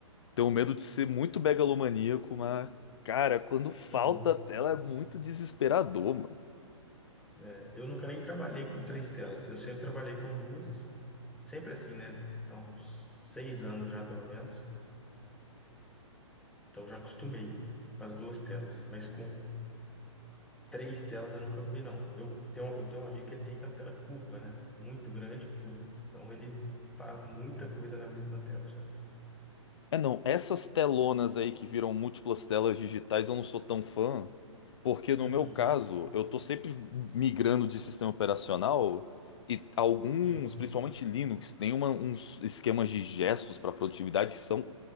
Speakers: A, on the left; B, in the centre.
A: Tenho medo de ser muito megalomaníaco, mas, cara, quando falta
B: Uhum.
A: a tela é muito desesperador, mano.
B: É, eu nunca nem trabalhei com três telas. Eu sempre trabalhei com duas, sempre assim, né? Há uns seis anos já, pelo menos. Então já acostumei com as duas telas, mas com Três telas eu nunca fui, não. Eu tenho, eu tenho um amigo que ele tem aquela tela curva, né? Muito grande, curva. Então ele faz muita coisa na mesma tela já.
A: É não, essas telonas aí que viram múltiplas telas digitais eu não sou tão fã, porque no
B: Uhum.
A: meu caso eu tô sempre migrando de sistema operacional e alguns,
B: Sim,
A: principalmente Linux, tem uma- uns esquemas de gestos para produtividade que são